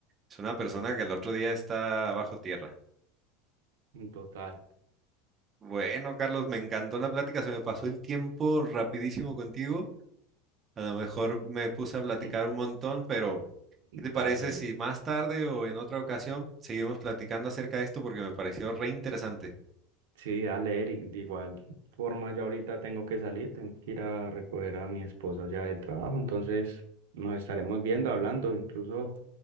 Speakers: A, on the right (about 20°); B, on the right (about 85°).
A: es una persona que el otro día está bajo tierra.
B: En total.
A: Bueno, Carlos, me encantó la plática, se me pasó el tiempo rapidísimo contigo. A lo mejor me puse a platicar
B: <laughs>
A: un montón, pero ¿qué te parece
B: Dale.
A: si más tarde o en otra ocasión seguimos platicando acerca de esto porque me pareció re interesante?
B: Sí, dale, Eric. De igual forma, yo ahorita tengo que salir, tengo que ir a recoger a mi esposa ya del trabajo, entonces nos estaremos viendo, hablando, incluso